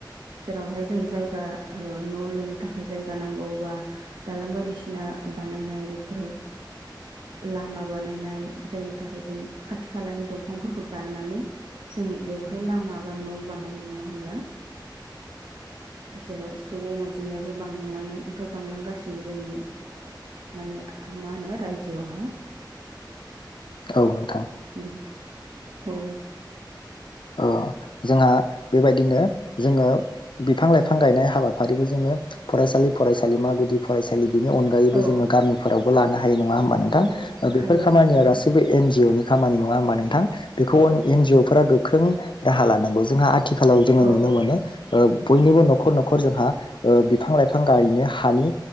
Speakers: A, on the right (about 70°); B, on the left (about 85°).
A: जेरावहाय जों जायगा ओ न' लुनो थाखाय जायगा नांगौ बा दालां बायदिसिना बानायनाय बेफोर लामा बानायनाय जायनि थाखाय जों खाथि खालानि दंफांफोरखौ दाननानै जों बेवहाय लामा बा न' बानायो नङा होनब्ला जेराव सुबुं अनजिमायाबो बांलांनायफाय बांलांगासिनो जोंनि माने मा होनो रायजोआव हा
B: औ नोंथां ।
A: उम औ
B: ओ जोंहा बेबायदिनो जोङो बिफां लाइफां गायनाय हाबाफारिखौ जोङो फरायसालि फरायसालिमा गुदि फरायसालि । बेनि अनगायैबो
A: औ
B: जोङो गामिफोरावबो लानो हायो नङा होमबा नोंथां
A: औ
B: ओ बेफोर
A: हायो
B: खामानिया
A: नोंथां
B: गासैबो एन जिअनि खामानि नङा हबा नोंथां बेखौ
A: औ
B: एन जिअ फ्रा गोब ख्रों राहा लानांगौ जोंहा आथ थिखालाव जोङो
A: औ
B: नुनो मोनो ओब बयनिबो न'खर न'खर जोंहा ओ बिफां लाइफां गायनो हानि